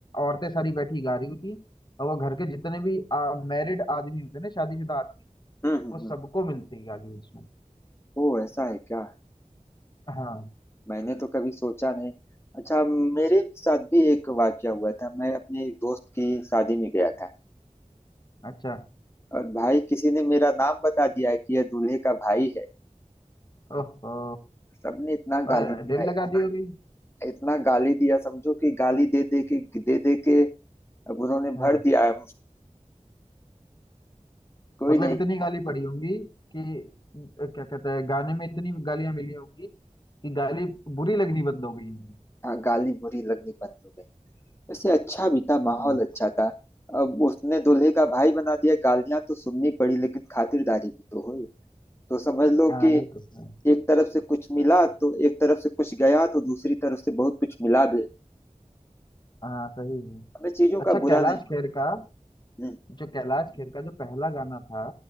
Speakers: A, on the left; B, on the left.
A: औरतें सारी बैठी गा रही होती हैं और वो घर के जितने भी मैरिड आदमी होते हैं ना शादीशुदा आदमी
B: हम्म हम्म
A: वो
B: हम्म
A: सबको मिलती है गाली उसमें
B: ओ ऐसा है क्या
A: हाँ
B: मैंने तो कभी सोचा नहीं अच्छा मेरे साथ भी एक वाकया हुआ था मैं अपने एक दोस्त की शादी में गया था
A: अच्छा
B: और भाई किसी ने मेरा नाम बता दिया कि यह दूल्हे का भाई है
A: ओहो
B: सबने इतना
A: पर
B: गाली दिया
A: दिल लगा
B: इतना
A: दी होगी
B: इतना गाली दिया समझो कि गाली दे दे के दे दे के अब उन्होंने
A: हाँ।
B: भर दिया है। कोई
A: मतलब
B: नहीं
A: इतनी गाली पड़ी होंगी कि अ, क्या कहते हैं गाने में इतनी गालियां मिली होंगी कि गाली बुरी लगनी बंद हो गई होंगी
B: हाँ गाली बुरी लगनी बंद हो गई वैसे अच्छा भी था माहौल
A: हाँ
B: अच्छा था अब उसने दूल्हे का भाई बना दिया गालियां तो सुननी पड़ी लेकिन खातिरदारी भी तो हुई तो समझ लो
A: हाँ
B: कि
A: ये तो है
B: एक तरफ से कुछ मिला तो एक तरफ से कुछ गया तो दूसरी तरफ से बहुत कुछ मिला भी
A: हाँ सही है
B: हमें चीजों
A: अच्छा
B: का बुरा
A: कैलाश
B: नहीं माना
A: खेर का
B: हम्म,
A: जो कैलाश खेर का जो पहला गाना था